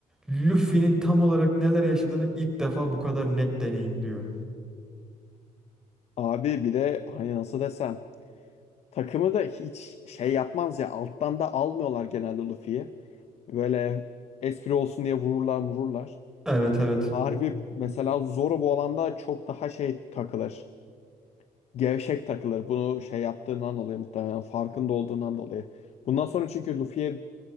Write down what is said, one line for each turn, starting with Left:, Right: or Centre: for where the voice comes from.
Centre: Luffy'nin tam olarak neler yaşadığını ilk defa bu kadar net deneyimliyor.
Left: Abi bir de hani nasıl desem takımı da hiç şey yapmaz ya alttan da almıyorlar genelde Luffy'yi. Böyle espri olsun diye vururlar vururlar.
Centre: Evet evet.
Left: Harbi mesela Zoro bu alanda çok daha şey takılır. Gevşek takılır. Bunu şey yaptığından dolayı muhtemelen farkında olduğundan dolayı. Bundan sonra çünkü Luffy'ye